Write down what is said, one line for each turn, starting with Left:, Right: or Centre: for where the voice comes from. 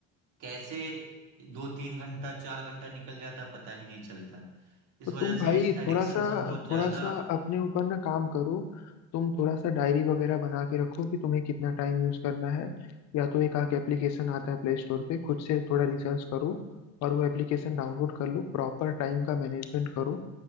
Right: कैसे दो तीन घंटा चार घंटा निकल जाता है पता ही नहीं चलता है इस
Left: तो तुम
Right: वजह से
Left: भाई
Right: इस एडिक्शन
Left: थोड़ा सा
Right: से हम बहुत ज्यादा
Left: थोड़ा सा अपने ऊपर ना काम करो तुम थोड़ा सा डायरी वगैरह बना के रखो कि तुम्हें कितना टाइम यूज करना है या तो एक आक एप्लीकेशन आता है प्ले स्टोर पे खुद से थोड़ा रिसर्च करो और वो एप्लीकेशन डाउनलोड कर लो प्रॉपर टाइम का मैनेजमेंट करो